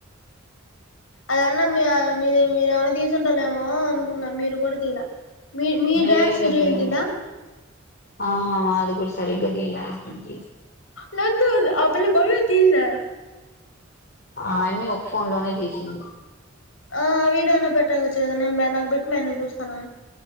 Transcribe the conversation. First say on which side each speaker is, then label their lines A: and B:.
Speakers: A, on the left (about 80°); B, on the left (about 50°).
A: అదన్నా మీ మీరు ఏమన్నా తీసుంటాలేమో అనుకున్నా మీరు కూడా తీయలా మీ మీ
B: లేదు
A: డ్యాన్స్ నే
B: అప్పుడు
A: రీల్ తీయనా
B: ఆహా అది కూడా సరిగ్గా తీయలే అప్పటికి
A: లేదు ఆ పిల్ల బాగా తీయలే
B: అన్ని ఆ అమ్మీ ఒక ఫోన్ లోనే తీసింది
A: ఆ వీడియో అయినా పెట్టవచ్చు కదనే నాకు బెట్టు మ్మే నేను చూస్తాను